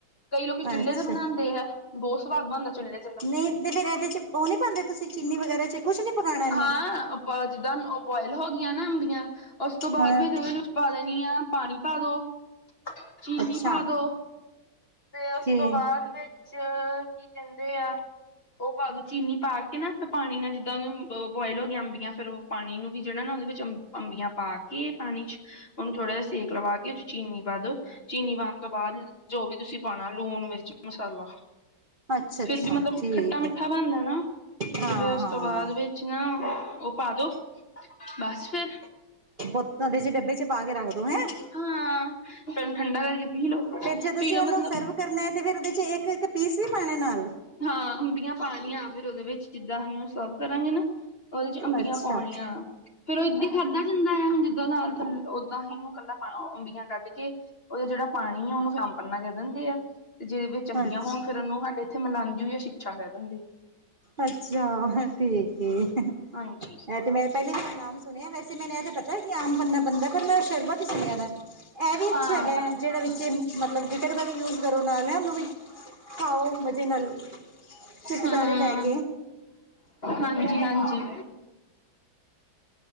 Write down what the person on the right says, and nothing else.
ਅੱਛਾ
ਨਹੀਂ ਜ ਫੇਰ ਇਹਦੇ ਚ ਉਹ ਨਹੀਂ ਪਾਉਂਦੇ। ਤੁਸੀਂ ਚੀਨੀ ਵਗੈਰਾ ਚ ਕੁਛ ਨੀ ਪਕਾਉਣਾ ਇਹਨੂੰ
ਹਾਂ
ਅੱਛਾ
ਠੀਕ
ਅੱਛਾ ਅੱਛਾ
ਠੀਕ
ਹੈ
ਹਾਂ
ਹਾਂ
ਬੋਤਲ ਦੇ ਡੱਬੇ ਚ ਪਾ ਕੇ ਰੱਖ ਦੋ। ਹੈਂ
ਫੇਰ ਜਦ
ਅਸੀਂ
ਉਹਨੂੰ
ਸਰਵ ਕਰਨਾ ਤੇ ਫਿਰ ਉਹਦੇ ਚ ਇੱਕ ਇੱਕ ਪੀਸ ਵੀ ਪਾਣਾ ਨਾਲ
ਅੱਛਾ
ਅੱਛਾ
ਅੱਛਾ ਠੀਕ ਏ
ਇਹ ਤੇ ਮੈਂ ਪਹਿਲੇ ਨਾਮ ਸੁਣਿਆ ਵੈਸੇ ਮੈਂ ਇਹ ਤਾ ਪਤਾ ਕਿ ਆਮ ਬੰਨਾ ਬੰਦਾ ਪਰ ਮੈਂ ਸ਼ਰਬਤ ਇਹ ਵੀ ਅੱਛਾ
ਹੈਗਾ ਜਿਹੜਾ ਵਿੱਚ ਮਤਲਬ ਗਿਟਕ ਦਾ ਵੀ ਯੂਜ ਕਰੋ ਨਾਲ ਹੈ ਉਹਨੂੰ ਵੀ ਖਾਓ ਮਜ਼ੇ ਨਾਲ ਛੁਟਕਾਰੇ
ਲੈ ਕੇ